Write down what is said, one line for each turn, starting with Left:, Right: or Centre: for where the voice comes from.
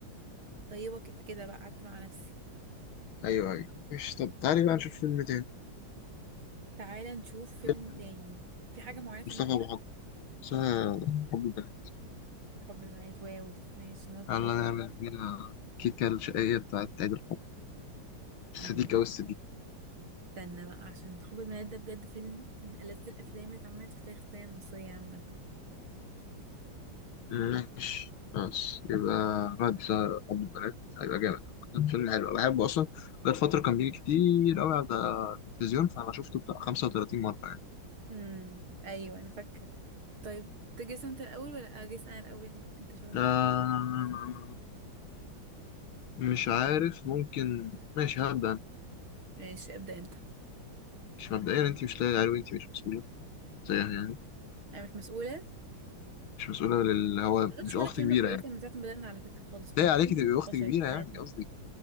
Right: طيبه كده كده بقى قعدت مع نفسي
Left: أيوه أيوه مش طب تعالي بقى نشوف فيلم تاني
Right: تعالى نشوف فيلم
Left: فيلم
Right: تاني في حاجة معينة في
Left: مصطفى
Right: دماغك
Left: أبو حضر اسمها حب البنات
Right: حب البنات واو ماشي موافقة
Left: يلا
Right: جدا
Left: نعمل بينا كيكة الشقية بتاعت عيد الحب السديكة
Right: امم
Left: والسديكة
Right: استنى بقى عشان حب البنات ده بجد فيلم من ألذ الأفلام اللي اتعملت في تاريخ السينما المصرية عامة
Left: ماشي خلاص يبقى نادي سهر حب البنات هيبقى جامد عامة فيلم حلو أنا بحبه أصلا بقالي فترة كان بيجي كتير أوي على التلفزيون فأنا شفته بتاع 35 مرة يعني
Right: امم أيوة أنا فاكرة طيب تجيس أنت الأول ولا أجيس أنا الأول أنت شبه مين
Left: لا مش عارف ممكن ماشي هبدأ أنا.
Right: ماشي ابدأ أنت
Left: مش مبدئيا أنت مش لاقي عليه أنت مش مسؤولة زيها يعني
Right: أنا مش مسؤولة
Left: مش مسؤولة لل هو
Right: ما قلتش
Left: مش
Right: ولا
Left: أخت
Right: كلمة
Left: كبيرة
Right: كويسة
Left: يعني
Right: من ساعة ما بدأنا على فكرة خالص ومن
Left: لاقي عليكي
Right: من
Left: تبقي
Right: نقاشات
Left: أخت كبيرة
Right: في حياتنا
Left: يعني قصدي